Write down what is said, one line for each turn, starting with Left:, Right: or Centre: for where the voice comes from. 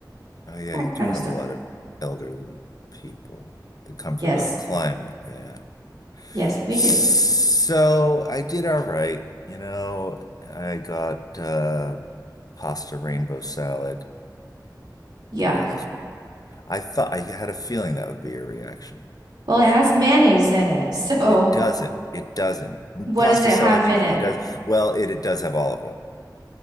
Left: Oh yeah,
Right: That
Left: you do
Right: kind of
Left: have
Right: stuff.
Left: a lot of elderly people that come for
Right: Yes.
Left: the climate, yeah.
Right: Yes, we
Left: So
Right: do.
Left: I did all right. You know, I got uh pasta rainbow salad.
Right: Yuck.
Left: That is I thought I had a feeling that would be your reaction.
Right: Well, it has mayonnaise in it. <laughs> So
Left: It doesn't. It doesn't.
Right: what
Left: Pasta
Right: does it
Left: salad
Right: have in
Left: usually
Right: it?
Left: does. Well, it, it does have olive oil.